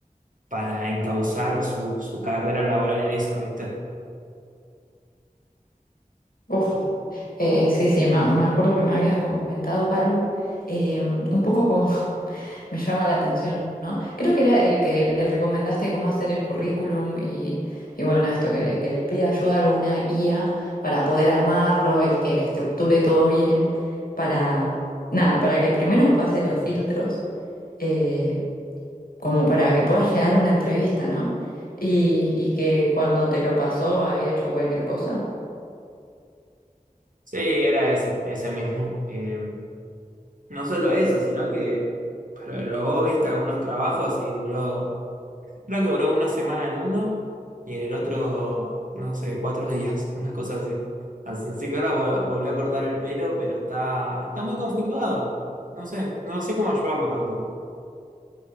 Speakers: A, on the right; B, on the left.
A: para encauzar su, su carrera laboral en eso, ¿viste?
B: Uf, eh, sí, sí, ma- me, acuerdo que me habías comentado algo, eh, un poco como <laughs> me llama la atención, ¿no? Creo que era el que le recomendaste cómo hacer el currículum y, y bueno, esto, que le, que le pida ayuda a alguna IA para poder armarlo y que le estructure todo bien, para, nada, para que primero pase los filtros, eh, como para que pueda llegar a una entrevista, ¿no? Y, y que cuando te lo pasó había hecho cualquier cosa.
A: Sí, era ese, ese mismo. Eh, no solo eso, sino que probó, ¿viste? Algunos trabajos y duró, creo que duró una semana en uno y en el otro, no sé, cuatro <laughs> días, una cosa así. Así así que ahora vol- volvió a cortar el pelo, pero está, está muy conflictuado. No sé, no sé cómo ayudarlo tampoco.